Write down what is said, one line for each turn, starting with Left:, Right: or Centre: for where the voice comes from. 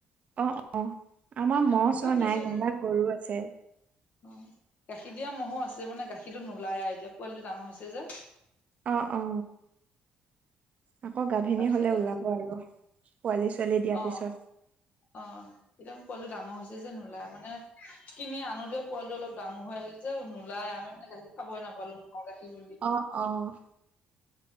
Right: অ', অ', আমাৰ ম'হ চ'হ নাই
Left: দিছো ঘৰত
Right: যেনিবা গৰু আছে।
Left: অ', গাখীৰ দিয়া ম'হো আছে মানে গাখীৰটো নোলাই আৰু এতিয়া পোৱালিটো ডাঙৰ হৈছে যে।
Right: অ', অ'। আকৌ গাভিনী
Left: তাৰপিছতে
Right: হ'লে ওলাব আৰু পোৱালি ছোৱালী দিয়াৰ
Left: অ
Right: পিছত।
Left: অ', এতিয়া মোৰ পোৱালিটো ডাঙৰ হৈছে যে নোলাই মানে কিনি আনোতে পোৱালটো অলপ ডাঙৰ হৈ আহিল যে নোলাই আমি মানে গাখীৰ খাবই নাপালোঁ, ম'হৰ গাখীৰ বুলি।
Right: অ', অ'।